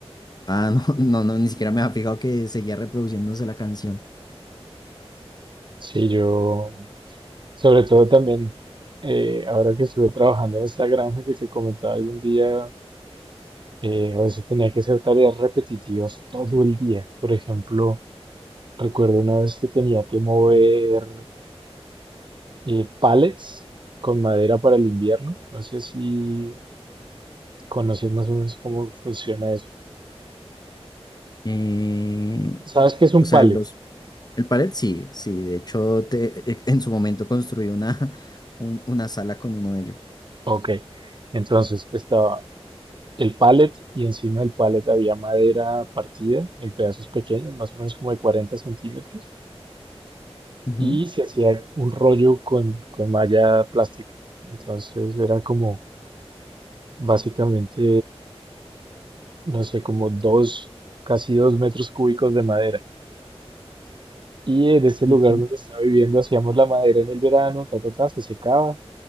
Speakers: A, on the left; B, on the right.
A: ah, no, <laughs> no, no, ni siquiera me había fijado que seguía reproduciéndose la canción.
B: Sí, yo Sobre todo también, eh, ahora que estuve trabajando en esta granja que te comentaba algún día, eh, a veces tenía que hacer tareas repetitivas todo el día. Por ejemplo, recuerdo una vez que tenía que mover eh, pallets con madera para el invierno. No sé si conoces más o menos cómo funciona eso.
A: Eh,
B: ¿Sabes qué es un
A: o sea,
B: pallet?
A: los, el palet sí, sí, de hecho te- e- en su momento construí una, <laughs> un- una sala con uno de ellos.
B: Ok. Entonces estaba el pallet y encima del pallet había madera partida en pedazos pequeños, más o menos como de cuarenta centímetros.
A: Ujú,
B: y se hacía un rollo con, con malla plástica. Entonces era como básicamente, no sé, como dos, casi dos metros cúbicos de madera. Y en este lugar
A: ok,
B: donde estaba viviendo hacíamos la madera en el verano, ta, ta, ta, se secaba